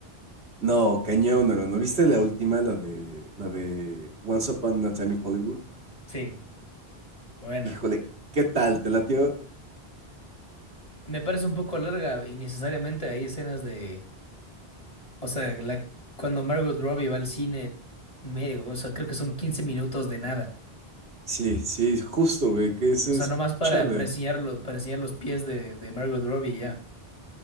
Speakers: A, on the right; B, on the left.
A: no, cañón, ¿no? ¿No viste la última, la de, la de Once Upon a Time in Hollywood?
B: Sí, buena.
A: Híjole, ¿qué tal? ¿Te latió?
B: Me parece un poco larga y necesariamente hay escenas de, o sea, la, cuando Margot Robbie va al cine medio, o sea, creo que son 15 minutos de nada.
A: Sí, sí, justo, güey, que ese
B: O sea,
A: es,
B: nomás para,
A: chale.
B: para enseñar los, para enseñar los pies de, de Margot Robbie y ya.